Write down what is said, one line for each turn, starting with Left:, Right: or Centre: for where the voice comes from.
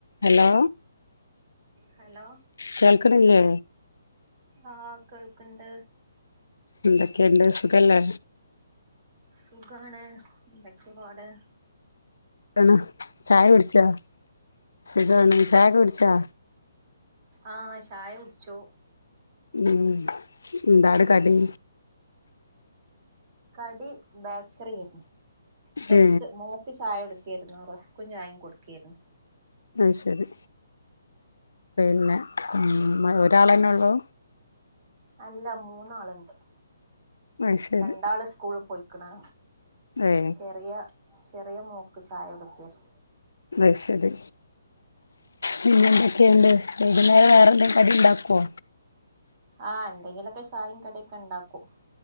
Left: Hello
Right: hello
Left: കേൾക്കണില്ലേ
Right: ആ കേൾക്ക്ണ്ട്
Left: എന്തൊക്ക്ണ്ട് സുഖല്ലേ?
Right: സുഖാണ്. എന്തൊക്കെ പ്പാട്?
Left: സുഖാണ് ചായൊക്കെ കുടിച്ചാ സുഖാണ് ചായൊക്കെ കുടിച്ചോ ച്ചാ
Right: ആ ചായകുടിച്ചു
Left: ഉം എന്താണ് കടി
Right: കടി ബേക്കറിയായിരുന്നു റസ്ക്.
Left: ഏ
Right: മോക്ക് ചായകൊടുക്കെര്ന്നു റസ്കും ചായിം കൊടുകേർന്ന്
Left: അത്ശരി പിന്നെ ഒരാളെന്നേയുള്ളു
Right: അല്ല മൂന്നാള്ണ്ട്
Left: അത് ശരി
Right: രണ്ടാള് സ്കൂള് പോയി ക്ക്ണാ
Left: ഏ
Right: ചെറിയ ചെറിയ മോക്ക് ചായ കൊടുക്കേര്ന്ന്
Left: അയ്ശരി പിന്നെന്തെക്ക് ക്കേണ്ട് വൈകുന്നേരം വേറെ എന്തേ കടി ഉണ്ടാക്കോ
Right: ആഹ് ന്തെങ്കിലൊക്കെ ചായിം കടിം ക്കെണ്ടാക്കും